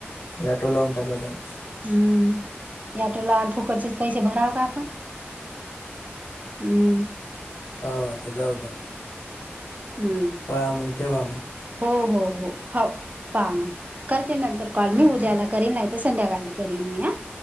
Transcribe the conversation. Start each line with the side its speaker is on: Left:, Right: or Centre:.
Left: ॲटो लावून टाकायचा ना
Right: हम्म. या टोला आणि फुकटचेच पैसे भराव का आपण हम्म.
Left: पाहु आता जाऊद्या.
Right: हम्म
Left: बा मग ठेवा मग-
Right: हो, हो, हो, हो, पाहा मग करते नंतर कॉल मी उद्याला करीन, नाही तर संध्याकाळ करीन. <inaudible>